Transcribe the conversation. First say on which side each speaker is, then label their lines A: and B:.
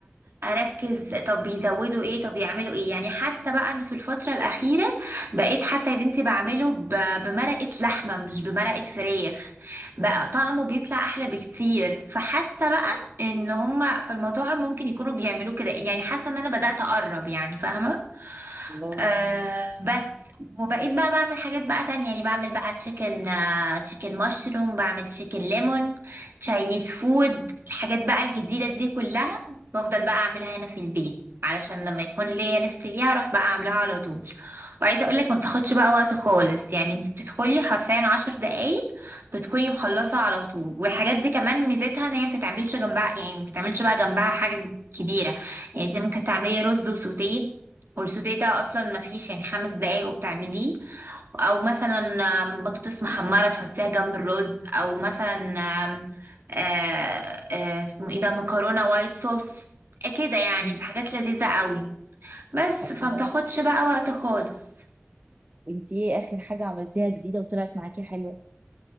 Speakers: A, on the right; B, on the right.
A: أركز طب بيزودوا ايه طب يعملوا ايه يعني حاسة بقى ان في الفترة الأخيرة بقيت حتى يا بنتي بعمله ب- بمرقة لحمة مش بمرقة فراخ بقى طعمه بيطلع أحلى بكتير فحاسة بقى ان هما في المطاعم ممكن يكونوا بيعملوه كده يعني حاسة ان انا بدأت أقرب يعني فاهمة
B: الله
A: آه بس وبقيت بقى بعمل حاجات بقى تانية يعني بعمل بقى تشيكن آه تشيكن مشروم بعمل تشيكن ليمون تشاينيز فود الحاجات بقى الجديدة دي كلها بفضل بقى أعملها هنا في البيت علشان لما يكون ليا نفسي ليها أروح بقى أعملها على طول وعايزة أقولك ما بتاخدش بقى وقت خالص يعني انت بتدخلي حرفيا عشر دقايق بتكوني مخلصة على طول والحاجات دي كمان ميزتها ان هي ما بتتعملش جنبها يعني ما بتتعملش بقى جنبها حاجة كبيرة يعني انت ممكن تعملي رز وسوتيه والسوداء ده اصلا ما فيش يعني خمس دقايق وبتعمليه او مثلا آم، بطاطس محمره تحطيها جنب الرز او مثلا آم، آه، آه، اسمه ايه ده مكرونه وايت صوص كده يعني
B: مم.
A: في حاجات لذيذه قوي بس
B: الله
A: فمتاخدش بقى وقت خالص
B: وانت ايه اخر حاجه عملتيها جديده وطلعت معاكي حلوه